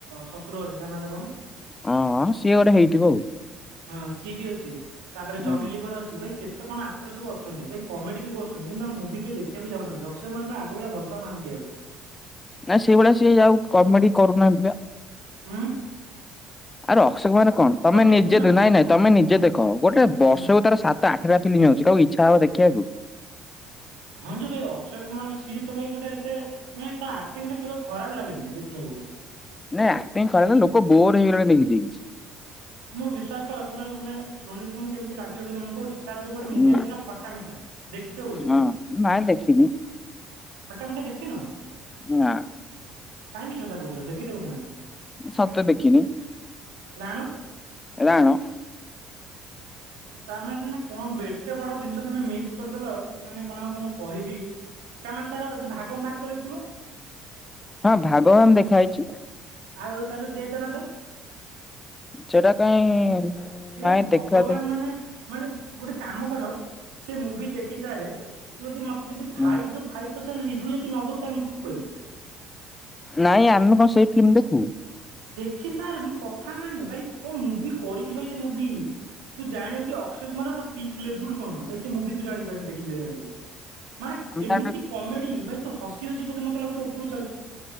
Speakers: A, on the right; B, on the left.
A: ଶଶୁର ଅଛି ତା ନାଟା କଣ।
B: ହଁ ସିଏ ଗୋଟେ ହେଇଥିବ ଆଉ।
A: ହଁ ସିଏ ବି ଅଛି ତାପରେ
B: ହୁଁ
A: ଜନି ଲିଭର ଅଛି ଭାଇ କେତେ କଣ ଆକ୍ଟର ସବୁ ଅଛନ୍ତି ଭାଇ କମେଡି ବି। କରୁଛନ୍ତି କିନ୍ତୁ ତାଙ୍କ ମୁଭିି କେହି ଦେଖିବାକୁ ଯାଉନାହାନ୍ତି ଅକ୍ଷୟ କୁମାର କୁ ଆଗ ଭଳିଆ ଭଲ ପାଉନାହାନ୍ତି କେହି ଆଉ।
B: ନା ସେଇଭଳିଆ ସିଏ ଆଉ କମେଡି କରୁନାହାନ୍ତି ବା।
A: ଉଁ।
B: ଆଉ ଅଶୋକ ମାନେ କଣ ତମେ
A: ଦେଖୁନାହାନ୍ତି
B: ନିଜେ ନାଇଁ ନାଇଁ ତମେ ନିଜେ ଦେଖ। ଗୋଟେ ବର୍ଷକୁ
A: ହୁଁ।
B: ତାର ସାତ ଆଠଟା ଫିଲ୍ମ ହ କୁ ଇଚ୍ଛା ହବ ଦେଖିବାକୁ।
A: ହଁ ଯେ ଭାଇ ଅକ୍ଷୟ କୁମାର ସିଏ ତ ଭାଇ ଗୋଟେ ଏତେ ମାନେ ତା ଆକ୍ଟିଂରେ କେବେ ଖରାପ ଲାଗେନି ଦେଖିବାକୁ।
B: ନାଇ ଆକ୍ଟିଂ ଖରା ଲୋକ ବୋର ହେଇଗଲେଣି ଦେଖିକି।
A: ମୁଁ ବିଶ୍ୱାସ କର ତମେ ମାନେ ଶୁଣିଲେ ତମକୁ କେମିତି ଲାଗିବ। କି ମୁଁ କହୁଛି ତାର ଯୋଉ ଗୋଟେ ମୁଭି
B: ହୁଁ
A: ଆସିଥିଲା ଖଟା ମିଠା। ଦେଖି ଥିବ ବୋଧେ?
B: ହଁ। ନାଇଁ ଦେଖିନି।
A: ଖଟା ମିଠା ଦେଖିନ
B: ନା
A: କାଇଁ ମିଛ କଥା କହୁଛ ଦେଖିଥିବ ତମେ?
B: ସତ୍ୟ ଦେଖିନି
A: ରାଣ
B: ରାଣ।
A: ତା ମାନେ ତମେ କଣ ବେ- ଏତେ ବଡ଼ ଦିନିଷ ତମେ ମିସ୍ କରିଦେଲ ମାନେ କଣ ହଉ ତମକୁ କହିବି। ତା ମାନେ ତାର ଯୋଉ ଭାଗମଭାକ ଦେଖିଥିବ।
B: ହଁ ଭାଗବାନ ଦେଖା ହେଇଛି।
A: ଆଉ ତାକୁ ଦେଦନାଦନ।
B: ସେଟା କାଇଁ
A: ଏ
B: ନାଇଁ
A: ଭଗବାନ
B: ଦେଖା ଦେଖି
A: ମାନେ ମାନେ ଗୋଟେ କାମ କର। ସେ ମୁଭି ଦେଖି ସାରେ। ତୁ ଯଦି ମତେ ଯଦି
B: ହୁଁ,
A: ଫାଇଭ ରୁ ଫାଇଭ ପରସେଣ୍ଟ ରଭୁ ଯଦି ନଦଉ ତାହେଲେ ମତେ ତୁ କହିବୁ।
B: ନାଇଁ ଆମେ କଣ ସେଇ ଫିଲ୍ମ ଦେଖୁ।
A: ଖି ସାର୍ ମୋ କଥା ମାନେ ଭାଇ କଣ ମୁଭି କରିଚି ଭାଇ। ମୁଭି ତୁ ଜାଣିବୁ କି ଅକ୍ଷୟ କୁମାରର ପିକ୍ ଲେବୁଲ କଣ ବେଶୀ ମୁ ବି ତୁ ଜାଣିପାରିନୁ ଦେଖିଲେ ଜାଣିବୁ? ମାନେ
B: ଆମେ
A: ଏମିତି
B: ତାଠୁ
A: କମେଡି ଭାଇ ତୁ ହସି ହସି ବୋଧେ ମତେ ଲାଗୁଚି। ଓପ